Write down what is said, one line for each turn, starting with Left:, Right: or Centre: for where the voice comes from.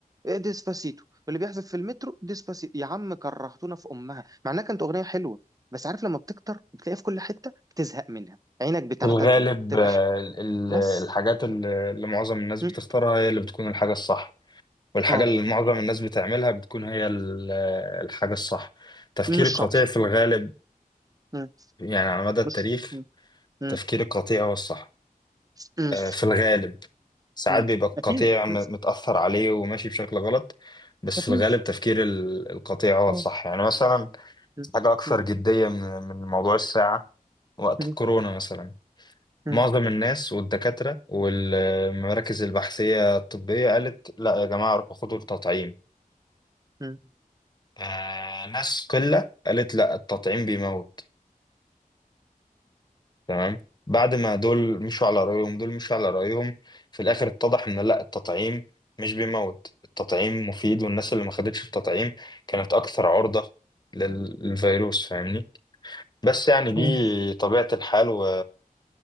Right: ديسباسيتو واللي بيحذف في المترو ديسباسيتو يا عم كرهتونا في امها مع انها كانت اغنيه حلوه بس عارف لما بتكتر بتلاقيها في كل حته بتزهق منها عينك بتعتادها
Left: في الغالب
Right: تبقاش
Left: آه، ال-
Right: بس
Left: الحاجات اللي اللي معظم الناس
Right: م.
Left: بتختارها هي اللي بتكون الحاجة الصح والحاجة
Right: اه
Left: اللي معظم الناس بتعملها بتكون هي ال- الحاجة الصح تفكير
Right: مش
Left: القطيع
Right: شرط
Left: في الغالب
Right: م.
Left: يعني على مدى التاريخ
Right: مش م. م.
Left: تفكير القطيع هو الصح
Right: م.
Left: آه، في الغالب ساعات
Right: م.
Left: بيبقى القطيع
Right: اكيد
Left: م-
Right: م.
Left: متأثر عليه وماشي بشكل غلط بس
Right: اكيد
Left: في الغالب تفكير ال- القطيع هو
Right: آه.
Left: الصح يعني مثلا
Right: م.
Left: حاجة أكثر
Right: م.
Left: جدية من من موضوع الساعة وقت
Right: م.
Left: الكورونا مثلا
Right: م.
Left: معظم الناس والدكاترة والمراكز البحثية الطبية قالت لا يا جماعة روحوا خدوا التطعيم
Right: م.
Left: آه ناس قلة قالت لا التطعيم بيموت تمام بعد ما دول مشوا على رأيهم دول مشوا على رأيهم في الآخر اتضح إن لا التطعيم مش بيموت التطعيم مفيد والناس اللي ما خدتش التطعيم كانت أكثر عرضة لل- للفيروس فاهمني بس يعني دي
Right: م.
Left: طبيعة الحال و...